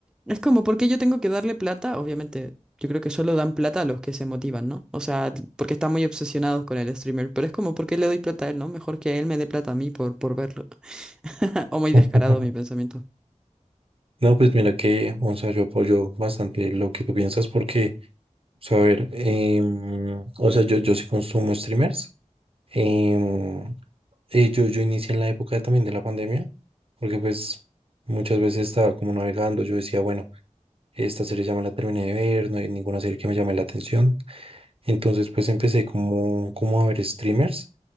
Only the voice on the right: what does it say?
<laughs>
No, pues mira que, o sea, yo apoyo bastante lo que tú piensas porque, o sea, a ver, em, o sea, yo, yo sí consumo streamers. em, eh, yo, yo inicié en la época también de la pandemia porque pues muchas veces estaba como navegando, yo decía, bueno, esta serie ya me la terminé de ver, no hay ninguna serie que me llame la atención. Entonces pues empecé como, como a ver streamers